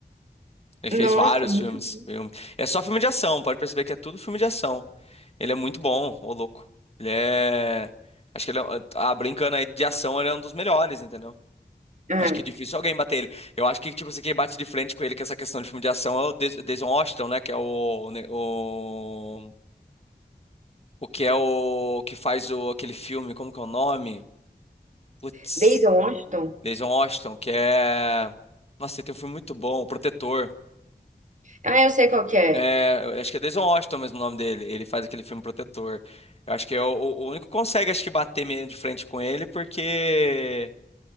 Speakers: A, on the left (about 35°); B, on the right (about 45°).
A: Ele fez
B: Nossa,
A: vários
B: muito.
A: filmes, filmes. É só filme de ação, pode perceber que é tudo filme de ação. Ele é muito bom, ô louco. Ele é. Acho que ele é. Ah, brincando aí de ação, ele é um dos melhores, entendeu?
B: Ah,
A: Acho que é difícil alguém bater ele. Eu acho que, tipo assim, quem bate de frente com ele com essa questão de filme de ação é o Des- Denzel Washington, né? Que é o, né, o. O que é o. Que faz o, aquele filme, como que é o nome? Putz.
B: Denzel Washington?
A: Denzel Washington, que é. Nossa, ele tem um filme muito bom, O Protetor.
B: Ah, eu sei qual que é.
A: É, eu acho que é Denzel Washington mesmo o nome dele. Ele faz aquele filme Protetor. Eu acho que é o, o o único que consegue, acho que, bater meio de frente com ele, porque.